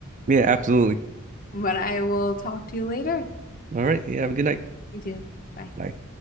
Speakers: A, on the right; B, on the left.
A: Yeah, absolutely.
B: But I will talk to you later.
A: All right. Yeah, have a good night.
B: You too. Bye.
A: Bye.